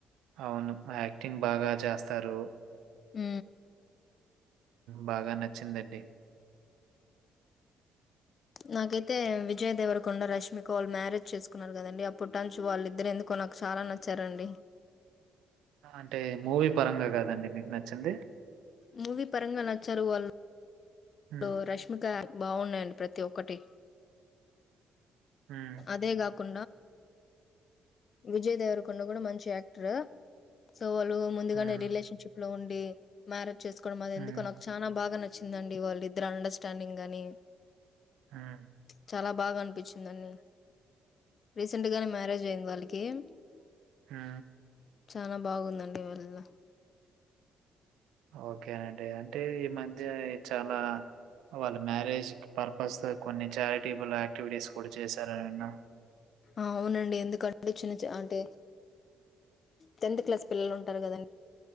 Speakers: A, on the right; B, on the left.
A: అవును యాక్టింగ్ బాగా జాస్ ఇస్తారు
B: హ
A: బాగా నచ్చిందండి
B: నాకైతే విజయ్ దేవరకొండ రష్మిక వాళ్ళు మ్యారేజ్ చేసుకున్నారు కదండి ఆ పుట్టంచు వాళ్ళిద్దరు ఎందుకో నాకు చాలా నచ్చారంండి
A: అంటే మూవీ పరంగా కాదండి మీకు నచ్చింది
B: మూవీ పరంగా నచ్చారు వాళ్ళు
A: ఉమ్,
B: హలో రష్మిక బాగున్నాయండి ప్రతి ఒక్కటి
A: ఉమ్,
B: అదేగా కు విజయ్ దేవర కొండ కూడా మంచి యాక్టర్ సో వాళ్ళు ముందుగానే
A: ఉమ్.
B: రిలేషన్షిప్ లో ఉండ మేరేజ్ చేసు అది
A: హ్మ్.
B: ఎందుకో నాకు చాలా బాగా నచ్చి చ్చిందండి వాళ్ళు ఇద్దరు అండర్స్టాండింగ్ కాని
A: హ్మ్.
B: చాలా బాగా అనిపించ వచ్చందన్ని రీసెంట్ గానే మ్యారేజ్ అయింది వాళ్ళకి ఓకే
A: హా
B: చాలా బాగుందండి వళ
A: ఓకేనండి అంటే ఈ మధ్య చాలా వాళ్ళ మ్యారేజ్ పర్పస్ తో కొన్ని చారిటబుల్ యాక్టివిటీస్ కూడా చేశారా నిన్న
B: అవునండి ఎందుకంటే చిన్న అంటే టెన్త్ క్లాస్ పిల్లలు ఉంటారు కదండి